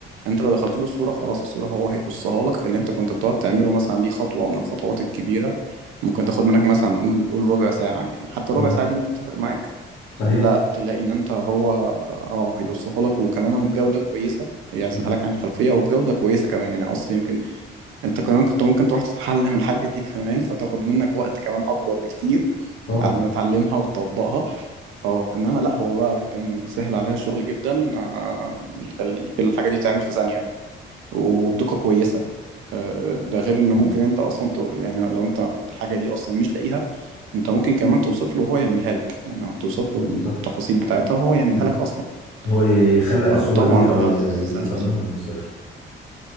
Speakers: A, on the right (about 85°); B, on the left (about 85°).
A: انت لو دخلت له الصورة خلاص الصورة هو هيقصها لك اللي انت كنت بتقعد تعمله مثلا دي خطوة من الخطوات الكبيرة ممكن تاخد منك مثلا قول قول ربع ساعة يعني حتى
B: مم.
A: ربع ساعة دي ممكن تفرق معاك
B: صحيح
A: لا تلاقي ان انت هو اه هيقصها لك وكمان وبجودة كويسة هيعزلها
B: ب-
A: لك عن الخلفية وبجودة كويسة كمان يعني اصلا يمكن انت كمان كنت ممكن تروح تتعلم الحاجة دي كمان فتاخد منك وقت كمان اكبر بكتير
B: طبعا
A: على ما اتعلمها وتطبقها اه انما لا هو بقى كان بيسهل عليا الشغل جدا آه، يخليك الحاجه دي تعمل في ثانيه وبدقه كويسه آه، ده غير انه
B: مم.
A: ممكن انت اصلا ت... يعني لو انت الحاجه دي اصلا مش لاقيها انت ممكن كمان توصف له وهو يعملها لك يعني توصف
B: بالظبط
A: له التفاصيل بتاعتها وهو يعملها
B: مم.
A: لك اصلا
B: هو يخلق
A: ف- فطبعا
B: الصورة دي أو
A: ده
B: ي...
A: سهل
B: يصممها من الصفر